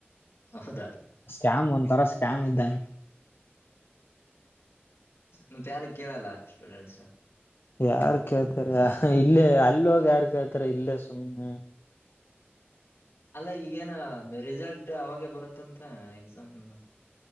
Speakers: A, on the left; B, on the left.
A: ಹೌದಾ
B: ಸ್ಕ್ಯಾಮ್ ಒಂತರ ಸ್ಕ್ಯಾಮ್ ಇದ್ದಂಗ್
A: ಮತ್ಯಾರು ಕೇಳಲ್ಲ ಸ್ಟೂಡೆಂಟ್ಸ
B: ಯಾರ್ ಕೇಳ್ತರೆ ಹಾ ಇಲ್ಲೇ ಅಲ್ಲೋಗ್ ಯಾರ್ ಕೇಳ್ತಾರೆ ಇಲ್ಲೇ ಸುಮ್ಮ್ನೆ
A: ಅಲ್ಲ ಈಗೇನೊ ರಿಸಲ್ಟ್ ಅವಾಗೆ ಬರುತ್ತಂತ ಎಕ್ಸಾಮ್ದು